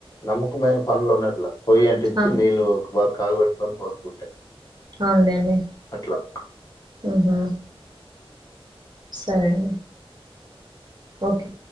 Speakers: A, on the left; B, on the right.
A: నమ్మకమైన పనులు ఉన్నట్లే పొయ్యి అంటిచ్చి
B: ఆ
A: నీళ్ళు ఒక బాగ కాగుబట్టుకొని పోసుకుంటే
B: అవునండి
A: అట్లా.
B: ఉంహు సరే అండి ఓకే